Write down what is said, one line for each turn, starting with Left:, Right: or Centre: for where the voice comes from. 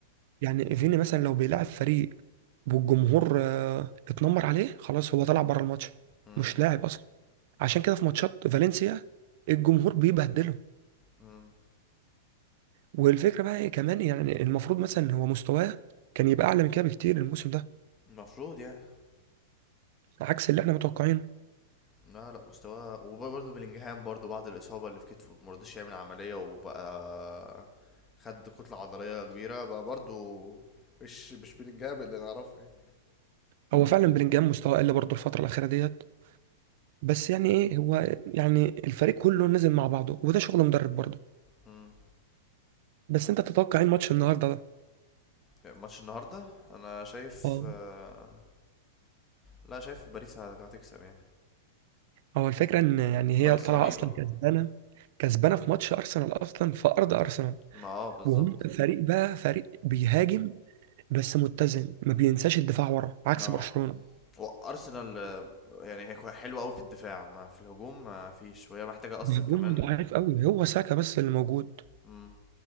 Right: يعني فيني مثلا لو بيلعب فريق والجمهور آه، اتنمر عليه خلاص هو طلع بره الماتش
Left: م- م-
Right: مش لاعب اصلا عشان كده في ماتشات فالنسيا الجمهور بيبهدلهم
Left: م.
Right: والفكره بقى ايه كمان يعني المفروض مثلا هو مستواه كان يبقى اعلى من كده بكتير الموسم ده
Left: المفروض يعني
Right: عكس اللي احنا متوقعينه
Left: لا لا مستواه وبرضه بلينجهام برضه بعد الاصابه اللي في كتفه ما رضاش يعمل عمليه وبقى خد كتله عضليه كبيره بقى برضه مش مش بلينجهام اللي نعرفه يعني
Right: هو فعلا بلينجهام مستواه قل برضه الفتره الاخيره ديت بس يعني ايه هو يعني الفريق كله نزل مع بعضه وده شغل مدرب برضه
Left: م.
Right: بس انت تتوقع ايه الماتش النهارده ده
Left: ماتش النهارده انا شايف
Right: اه
Left: آه، لا شايف باريس هت- هتكسب يعني
Right: هو الفكره ان يعني هي
Left: باريس
Right: طالعه
Left: رهيبه
Right: اصلا كسبانه كسبانه في ماتش ارسنال اصلا في ارض ارسنال
Left: ما اه بالظبط
Right: وهم فريق بقى فريق بيهاجم بس متزن ما بينساش الدفاع ورا عكس
Left: اه
Right: برشلونة
Left: وارسنال آه، يعني هي كوي- حلوه قوي في الدفاع ما في الهجوم ما فيش وهي محتاجه اصلا
Right: هجومه
Left: كمان
Right: ضعيف قوي هو ساكا بس اللي موجود
Left: مم.